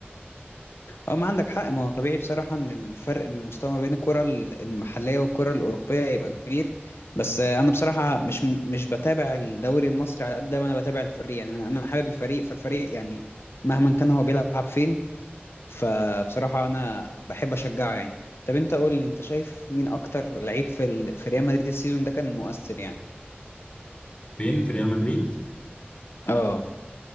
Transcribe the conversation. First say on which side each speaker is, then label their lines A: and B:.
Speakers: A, on the left; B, on the left.
A: اه ما عندك حق ما هو طبيعي بصراحه ان الفرق المستوى ما بين الكره ال- المحليه والكره الاوروبيه يبقى كبير بس آه، انا بصراحه مش مش بتابع الدوري المصري على قد ما انا بتابع الفريق يعني انا أنا حابب الفريق فالفريق يعني مهما كان هو بيلعب فين فبصراحة أنا بحب أشجعه يعني طب أنت قول لي أنت شايف مين أكتر لعيب في ال... في ريال مدريد السيزون ده كان مؤثر يعني
B: فين في ريال مدريد
A: اه